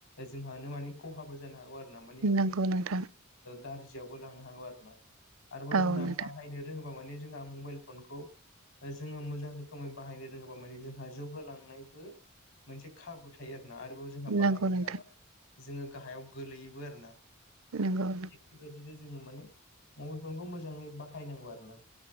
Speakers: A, on the left (about 70°); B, on the right (about 70°).
A: जोंहानो माने खहाबो जानो हागौ आरो ना। माने
B: नंगौ नोंथां
A: गाज्रियावबो लांनो हागौ आरो ना। आरोबाव
B: औ
A: जोंहा
B: नोंथां
A: बाहायनो रोङोबा माने जोंहा मबाइल फनखौ जोङो मोजां रोखोमै बाहायनो रोङोबा माने जोंहा जौगालांनायबो मोनसे खाबु थायो आरोना, आरोबाव जोंहा
B: नंगौ
A: बाहायनो
B: नोंथां
A: रोङाबा जोङो गाहायाव गोलैयोबो आरो ना।
B: नंगौ
A: बेबायदिनो जोङो माने मबाइल फनखौ मोजाङै बाहायनांगौ आरो ना।